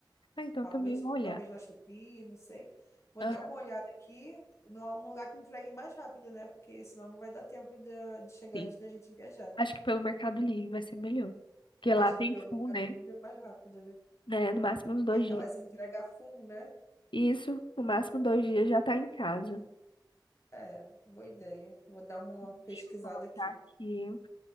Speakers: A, on the left; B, on the left.
A: Ah, então
B: Talvez,
A: também vou olhar.
B: talvez na Shopee, não sei. Vou
A: Aham,
B: dar uma olhada aqui num lugar que me entregue mais rápido, né? Porque senão não vai dar tempo de, de chegar
A: sim.
B: antes da gente viajar.
A: Acho que pelo Mercado Livre vai ser melhor. Porque lá
B: Acho
A: tem
B: que pelo Mercado
A: full, né?
B: Livre é mais rápido, né?
A: Né? No máximo uns dois
B: E aquelas
A: dias.
B: entrega full, né?
A: Isso, no máximo dois dias já tá em casa.
B: É, boa ideia. Vou dar uma
A: Deixa
B: pesquisada
A: eu colocar
B: aqui.
A: aqui.